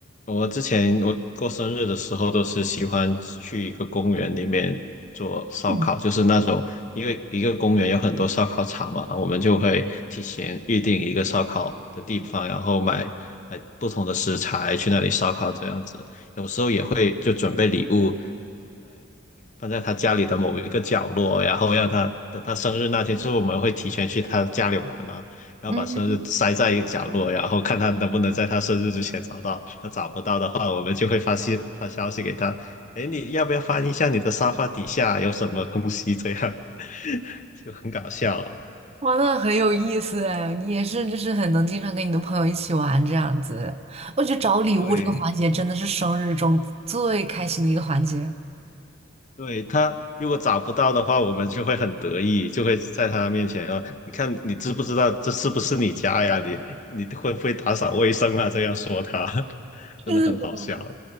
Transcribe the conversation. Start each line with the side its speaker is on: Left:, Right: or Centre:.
Left: 我之前我过生日的时候都是喜欢去一个公园里面做烧烤，
Right: 嗯
Left: 就是那种因为一个公园有很多烧烤场嘛，我们就会提前预定一个烧烤的地方，然后买买不同的食材去那里烧烤这样子。有时候也会就准备礼物，放在他家里的某一个角落，然后让他等他生日那天，就是我们会提前去他家里玩嘛，然后把生日塞在一个角落，
Right: 嗯，
Left: 然后看他能不能在他生日之前找到。他找不到的话，我们就会发信发消息给他，哎，你要不要翻一下你的沙发底下有什么东西？这样 <laughs> 就很搞笑。<laughs>
Right: 哇，那很有意思哎，你也是，就是很能经常跟你的朋友一起玩这样子。我觉得找礼物这个环节真的是生日中最开心的一个环节。
Left: 对，对他如果找不到的话，我们就会很得意，就会在他面前啊，你看你知不知道这是不是你家呀？你你会不会打扫卫生啊？这样说他，<laughs>
Right: 是的。
Left: 真的很好笑。